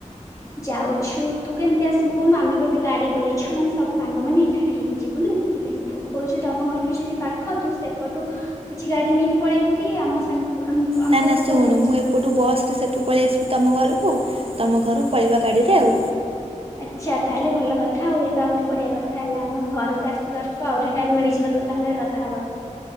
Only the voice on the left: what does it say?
ଯାଉଛୁ ତୁ କେମିତି ଆସିବୁ କହୁନୁ, ଆମେ ଗୋଟେ ଗାଡି କରିଛୁ ମାନେ ସବୁ ସାଙ୍ଗମାନେ ଏକାଠି ହେଇକି ଯିବୁ ନା ସେଥିପାଇଁ ତୁ କହୁଛୁ ତମ ଘରୁ ଯଦି ପାଖ ତୁ ସେପଟୁ କିଛି ଗାଡି ନେଇକି ପଳେଇବୁ କି ଆମ ସାଙ୍ଗ ଆମ
ପାଖକୁ
ଆସିକି
ଯିବୁ।
ଆଚ୍ଛା ତାହେଲେ ଭଲ କଥା ଆଉ ଏତ ଆହୁରି ବଢିଆ କଥା ହେଲା ଆମ ଘରକୁ ଆସିବାର କୁ ଆହୁରି ଟାଇମ ମିଳିଯିବ ତୋ ସାଙ୍ଗରେ କଥା ହବାକୁ।